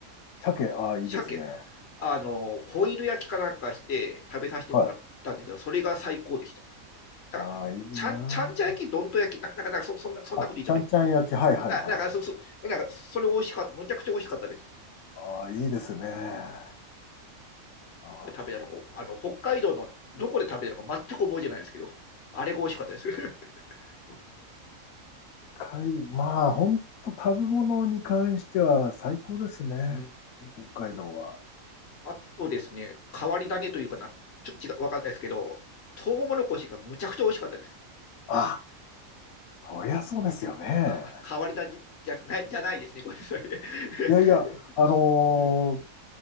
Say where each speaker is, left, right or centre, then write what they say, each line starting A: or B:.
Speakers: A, on the left; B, on the left.
A: 鮭、ああ、いいですね。
B: 鮭を、あの、ホイル焼きかなんかして食べさせてもらったんですが、
A: はい。
B: それが最高でした。だから、
A: ああ、いいな。
B: ちゃん、ちゃんちゃ焼き、どんと焼き、な、なんか、なんかそ、そんな、そんなこと言ってもいい。
A: あ、ちゃんちゃん焼き、はいはいはい。
B: あ、なんか、そ、そ、なんか、それ美味しかった、むちゃくちゃ美味しかったです。
A: ああ、いいですね。あ
B: うん
A: あ。
B: どこで食べたのか、あの、北海道のどこで食べたのか全く覚えてないですけど、あれが美味しかったです。<laughs>
A: 海、まあ、本当食べ物に関しては最高ですね。
B: うん。
A: 北海道は。
B: あとですね、変わり種というかな、ちょっと違う、わかんないですけど、トウモロコシがむちゃくちゃ美味しかったです。
A: あ、そりゃそうですよね。
B: あ、変わり種じゃない、じゃないですね、ごめんなさい。<laughs>
A: いやいや、あのー
B: うん。